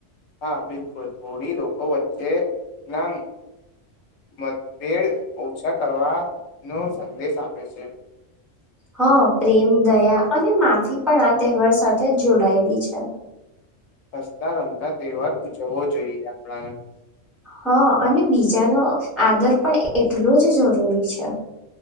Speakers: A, on the left; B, in the centre.
A: હા બિલકુલ થોડી લોકો વચ્ચે નામ મતભેળ ઓછા કરવા નો સંદેશ આપે છે
B: હ પ્રેમ દયા અને માફી પણ આ તહેવાર સાથે જોડાયેલી છે <unintelligible>
A: હસતા રમતા તહેવાર ઉજવવો જોઈએ આપણાને
B: હ અને બીજાનો આદર પણ એટલો જ જરૂરી છે